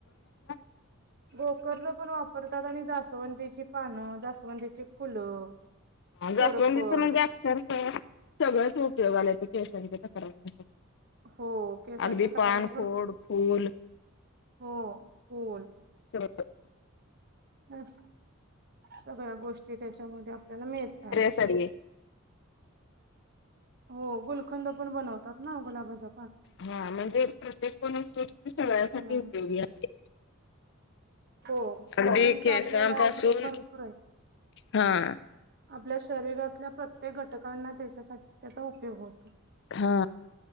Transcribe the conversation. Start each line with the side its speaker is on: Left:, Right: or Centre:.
Left: <inaudible>
Right: गोकर्ल पण वापरतात आणि जसवंतीची पानं जास्वंतीची फुलं
Left: जसवंदीचा
Right: कोरफड
Left: म्हणजे अक्षरस सगळंच उपयोग आलाय केसांच्या तर करवण्यासाठी.
Right: हो केसांच्या
Left: अगदी
Right: तक्रारी
Left: पान,
Right: भरपूर
Left: खोड, फूल
Right: हो फोल
Left: चंपत
Right: त्यास सगळ्या गोष्टी त्याच्यामध्ये आपल्याला मिळत आहेत.
Left: चरी ये
Right: हो गुलखंद पण बनवतात ना गुलाबाचा
Left: हा म्हणजे प्रत्येक <unintelligible> सगळ्यासाठी
Right: फुलां
Left: उपयोगी आहे.
Right: हो फुलांचा
Left: अगदी केसम
Right: आपल्याला
Left: पाासून
Right: उपयोग भरपूर आहे
Left: हा.
Right: आपल्या शरीरातल्या प्रत्येक घटकांना त्याच्यासाठी त्याचा उपयोग होतो.
Left: हा